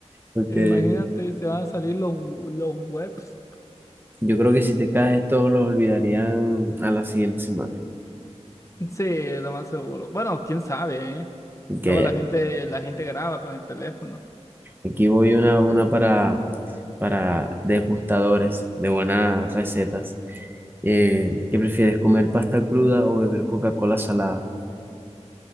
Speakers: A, on the right (about 20°); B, on the left (about 25°).
A: Porque
B: Imagínate, se van a salir los, los webs.
A: yo creo que si te caes, todos los olvidarían a la siguiente semana.
B: Sí, lo más seguro. Bueno, quién sabe, ¿eh?
A: Ok,
B: Luego la gente, la gente graba con el teléfono.
A: aquí voy una, una para, para degustadores de buenas recetas. Eh, ¿qué prefieres, comer pasta cruda o beber Coca-Cola salada?